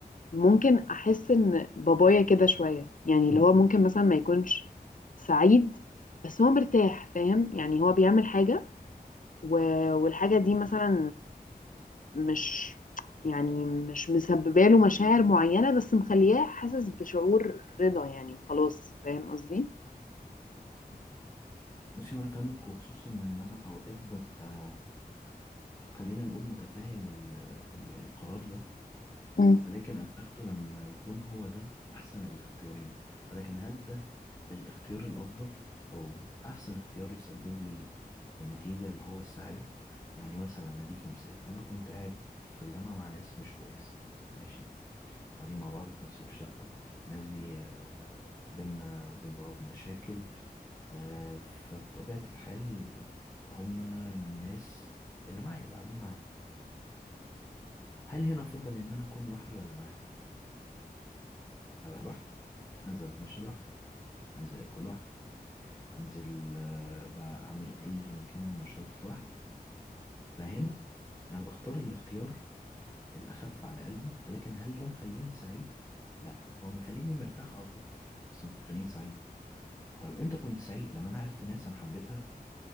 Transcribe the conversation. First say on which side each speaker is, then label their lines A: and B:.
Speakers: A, on the left; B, on the left.
A: ممكن أحس إن بابايا كده شوية يعني اللي هو ممكن مثلا ما يكونش سعيد بس هو مرتاح فاهم يعني هو بيعمل حاجة و... والحاجة دي مثلا مش يعني مش مسببه له مشاعر معينة بس مخلياه حاسس بشعور رضا يعني وخلاص فاهم قصدي
B: بصي وانا فاهمك وخصوصا ان انا اوقات ببقى خلينا نقول متفاهم ال ال القرار ده
A: مم.
B: ولكن انا باخده لما يكون هو ده احسن الاختيارين ولكن هل ده الاختيار الافضل او احسن اختيار يسبب لي النتيجة اللي هو السعادة يعني مثلا اديكي مثال انا كنت قاعد في الجامعة مع ناس مش كويسة ماشي قاعدين مع بعض في نفس الشقة الناس دي آه، بينا وبين بعض مشاكل آه، فطبيعة الحال هما الناس اللي معايا اللي قاعدين معايا هل هنا أفضل إن أنا أكون لوحدي ولا معاهم؟ أبقى لوحدي أنزل أتمشى لوحدي أنزل أكل لوحدي أنزل آه، بقى أعمل أيا كان النشاط لوحدي فهنا أنا بختار الاختيار الأخف على قلبي ولكن هل ده مخليني سعيد؟ لا هو مخليني مرتاح أكتر بس مش مخليني سعيد طب إمتى كنت سعيد؟ لما أنا عرفت ناس أنا حبيتها